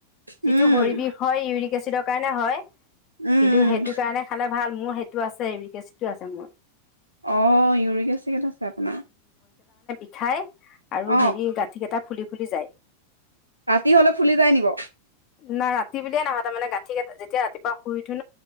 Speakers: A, on the right; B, on the left.
A: উম
B: যিটো ভৰি বিষ হয় ইউৰিক এচিডৰ কাৰণে হয়
A: উম উম
B: কিন্তু সেইটো কাৰণে খালে ভাল মোৰ সেইটো আছে ইউৰিক এচিড টো আছে মোৰ
A: অ ইউৰিক এচিড আছে আপোনাৰ
B: হয় আৰু
A: অ
B: হেৰি গা টা ফুলি ফুলি যায়।
A: ৰাতি হলে ফুলি যায় নি বাৰু
B: নাই ৰাতি বুলিয়ে নহয় তাৰমানে গাঁঠি গাঁঠি যেতিয়া ৰাতিপুৱা শুই উঠো ন?